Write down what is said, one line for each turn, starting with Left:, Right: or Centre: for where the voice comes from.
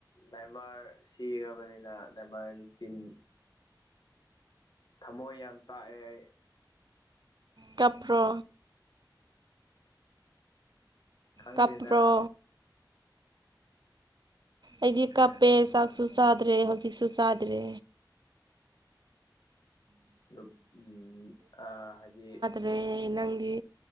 Left: ꯅꯦꯃꯥꯔ ꯁꯤꯒ꯭ꯔꯕꯅꯤꯅ ꯅꯦꯃꯥꯔꯒꯤ ꯇꯤꯝ ꯊꯝꯃꯣꯏ ꯌꯥꯝ ꯆꯥꯛꯑꯦ ꯑꯩ
Right: ꯀꯞꯄ꯭ꯔꯣ
Left: ꯈꯪꯗꯦꯗ
Right: ꯀꯞꯄ꯭ꯔꯣ ꯑꯩꯗꯤ ꯀꯞꯄꯦ ꯆꯥꯛꯁꯨ ꯆꯥꯗ꯭ꯔꯦ ꯍꯧꯖꯤꯛꯁꯨ ꯆꯥꯗ꯭ꯔꯦ
Left: ꯅꯨꯞ ꯎꯝ ꯑ ꯍꯥꯏꯗꯤ
Right: ꯔꯦ ꯅꯪꯗꯤ